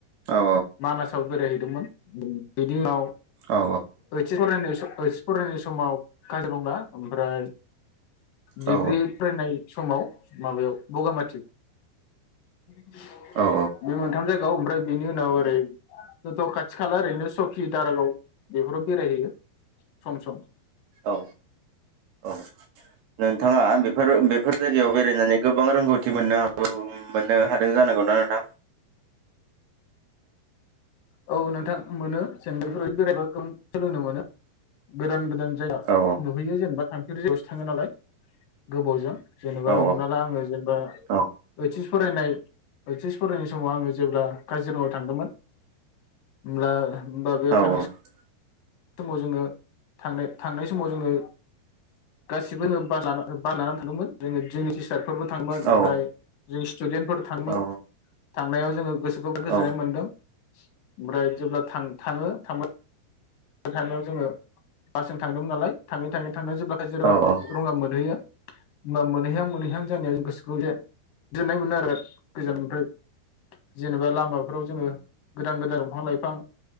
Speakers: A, on the right; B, on the left.
A: औ
B: मानासाव बेराय दोंमोन बेनि उनाव
A: औ
B: ओस एस फरायनाय समा फरायनाय समाव काजिरंङा आमफ्राय डिग्रि
A: औ
B: फरायनाय समाव माबायाव बगा माथि। बे
A: औ
B: मोनथाम जायगायाव ओमफ्राय बेनि उनाव ओरै जथ' खाथि खाला ओरैनो सकि दारागाव बेफोराव बेरायहैयो सम सम।
A: औ औ नोंथाङा बेफोर बेफोर जायगायाव बे बेरायनानै गोबां रोंगौथि मोननो हागौ मोननो हादों जानांगौ ना नोंथां?
B: औ नोंथां मोनो। <unintelligible> सोलोंनो मोनो <unintelligible> गोदान। गोदान जायगा
A: औ
B: नुहैयो जेनेबा थांफेर जायगायावसो थाङो नालाय गोबावजों जेनेबा
A: औ
B: हमना ला आङो जेनेबा
A: औ
B: ओय सेस फरायनाय ओय सेस फरायनाय समाव आङो जेब्ला काजिरङायाव थांदोंमोन होमब्ला होमबा बेयाव
A: औ
B: थांनायसै। समाव जोङो थांनाय थांनाय समाव जोङो गासिबो जोङो बास लानानै थांदोंमोन जोङो जोंनि सिस्टारफोरबो <unintelligible> थांमोन
A: औ
B: ओमफ्राय जों स्टुडेन्टफोर थांङोमोन।
A: औ
B: थांनायाव जोङो गोसोखौबो गोजोननाय
A: औ
B: मोनदों। ओमफ्राय जेब्ला थाङो थांबा बे थांनायाव जोङो बासजों थांदोंमोन नालाय थाङै थाङै थांनानै जेब्ला काजि रङा
A: औ
B: रङा मोनहैयो <unintelligible> होमबा मोनहैहां मोनहैहां जानायाव गोसोखौ गोजोननाय मोनो आरो गोजान ओमफ्राय जेनेबा लामाफोराव जोङो गोदान गोदान दंफां लाइफां